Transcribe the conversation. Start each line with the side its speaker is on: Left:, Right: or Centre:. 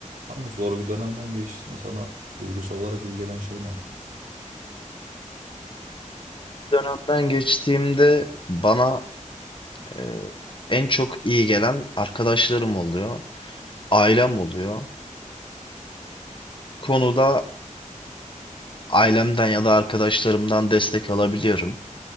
Right: Kanka zor bir dönemden geçtiğinde sana duygusal olarak iyi gelen şey ne?
Left: dönemden geçtiğimde bana e, en çok iyi gelen arkadaşlarım oluyor, ailem oluyor. Konuda ailemden ya da arkadaşlarımdan destek alabiliyorum.